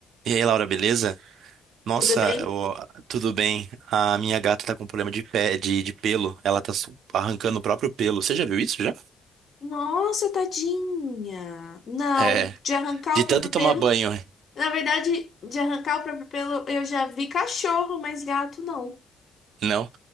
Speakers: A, on the right (about 75°); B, on the left (about 50°).
A: E aí, Laura, beleza? Nossa,
B: Tudo bem?
A: eu- tudo bem. A minha gata tá com problema de pé, de, de pelo. Ela tá su- arrancando o próprio pelo. Você já viu isso já?
B: Nossa, tadinha. Não,
A: É,
B: de arrancar
A: de
B: o
A: tanto
B: próprio
A: tomar
B: pelo.
A: banho,
B: Na verdade, de arrancar o próprio pelo, eu já vi cachorro, mas gato não.
A: não?